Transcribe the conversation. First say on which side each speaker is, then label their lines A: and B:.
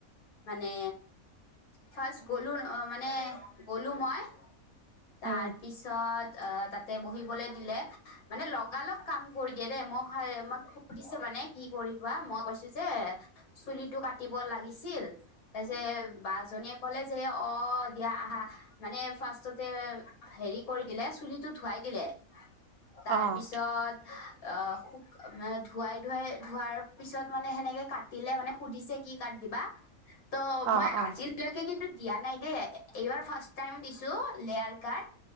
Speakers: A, on the left; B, on the right.
A: মানে ফাৰ্ষ্ট গ'লো মানে গ'লো মই তাৰপিছত
B: উম,
A: আহ তাতে বহিবলে দিলে। মানে লগালগ কাম কৰি দিয়ে দেই মই মই সুধিছো মানে কি কৰিবা মই কৈছোঁ যে চুলিটো কাটিব লাগিছিল তা বা জনীয়ে ক'লে যে অ দিয়া আহা মানে ফাৰ্ষ্টতে হেৰি কৰি দিলে চুলিটো ধোৱাই দিলে তাৰপিছত
B: অ'।
A: অ শু ধুৱাই ধুৱাই ধোৱাৰ পিছত মানে সেনেকে কাটিলে মানে সুধিছে কি কাট দিবা ত
B: অ
A: মই
B: অ
A: আজিলৈকে কিন্তু দিয়া নাই দেই এইবাৰ ফাৰ্ষ্ট টাইম দিছো লেয়াৰ কাট।